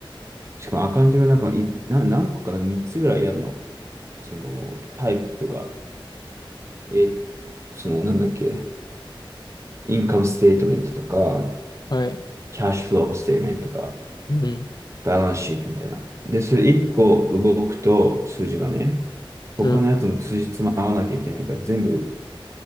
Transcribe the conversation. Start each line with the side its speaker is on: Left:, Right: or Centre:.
Right: しかもアカウントがなんかいな何個かな3つぐらいやるの、そのタイプが、え、そのなんだっけ、インカムステートメントとか、
Left: はい。
Right: キャッシュフローステートメントとか、
Left: うん。
Right: バランスシートみたいな。で、それ1個動くと数字がね、他のやつもつじつま合わなきゃいけないから、
Left: うん。
Right: 全部